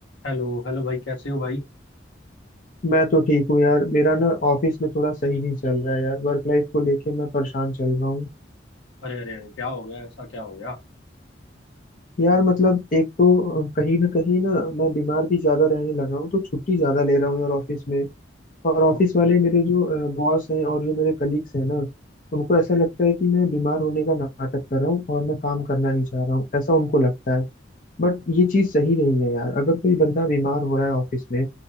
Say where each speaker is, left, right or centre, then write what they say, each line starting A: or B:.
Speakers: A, on the left; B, on the left.
A: हेलो हेलो भाई कैसे हो भाई
B: मैं तो ठीक हूँ यार मेरा ना ऑफिस में थोड़ा सही नहीं चल रहा है यार वर्क लाइफ को लेके मैं परेशान चल रहा हूँ
A: अरे अरे अरे क्या हो गया ऐसा क्या हो गया
B: यार मतलब एक तो अ, कहीं ना कहीं ना मैं बीमार भी ज्यादा रहने लगा हूँ तो छुट्टी ज्यादा ले रहा हूँ यार ऑफिस में और ऑफिस
A: ओके
B: वाले मेरे जो बॉस हैं और जो मेरे कलीग्स हैं ना उनको ऐसा लगता है कि मैं बीमार होने का नाटक कर रहा हूँ और मैं काम करना नहीं चाह रहा हूँ ऐसा उनको लगता है बट ये चीज सही नहीं है यार अगर कोई बंदा बीमार हो रहा है ऑफिस में